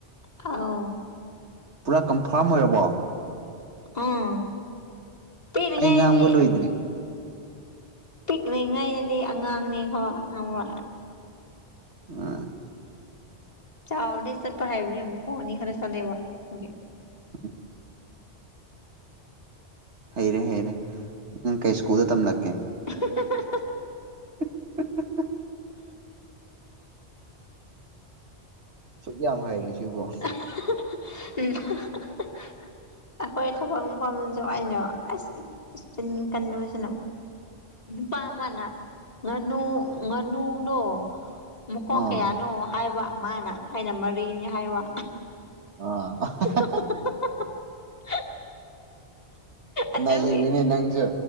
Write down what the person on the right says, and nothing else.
ꯄꯨꯔꯥ ꯀꯟꯐꯥꯔꯝ ꯑꯣꯏꯔꯕꯣ
ꯑꯩ ꯉ ꯑꯝꯕꯣꯜ ꯑꯣꯏꯗ꯭ꯔꯤ
ꯑꯥ
ꯎ ꯍꯩꯔꯦ ꯍꯩꯔꯦ ꯅꯪ ꯀꯩ ꯁ꯭ꯀꯨꯜꯗ ꯇꯝꯂꯛꯀꯦ
<inaudible> ꯁꯨ ꯀꯌꯥ ꯍꯥꯏꯔꯤꯁꯤꯕꯨꯣ
ꯑꯥ
ꯑ
ꯅ ꯏꯕꯅꯦ ꯅꯪꯁꯨ